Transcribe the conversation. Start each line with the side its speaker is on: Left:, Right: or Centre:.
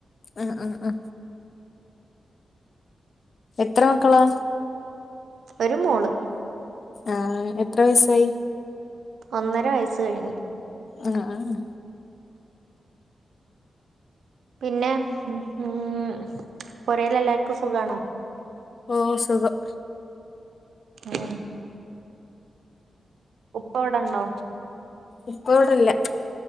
Left: ആഹ് ആഹ് ആഹ് എത്ര മക്കളാ
Right: ഒര് മോള്
Left: ആഹ് എത്ര വയസായി
Right: ഒന്നര വയസ് കഴിഞ്ഞ്.
Left: ആഹ് ആഹ്
Right: പിന്നെ മ് മ് പോരേലെല്ലാര്ക്കും സുഖാണോ?
Left: ഓ സുഖം
Right: ആഹ് ഉപ്പ വടണ്ടോ
Left: ഇപ്പ ഇവിടെല്ല